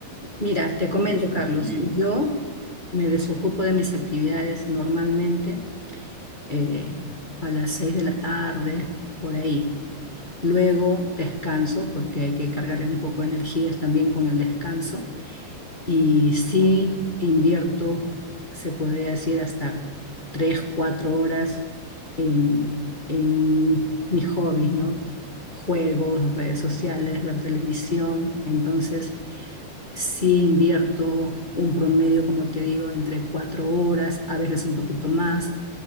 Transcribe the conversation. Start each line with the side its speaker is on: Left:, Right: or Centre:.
Left: Mira, te comento,
Centre: haces
Left: Carlos,
Centre: tus actividades.
Left: yo me desocupo de mis actividades normalmente eh, a las 6 de la tarde, por ahí. Luego descanso, porque hay que cargar un poco de energías también con el descanso. Y sí invierto, se podría decir, hasta tres, cuatro horas en, en mis hobbies, ¿no? Juegos, redes sociales, ver televisión. Entonces, Sí invierto un promedio, como te digo, entre cuatro horas, a veces un poquito más,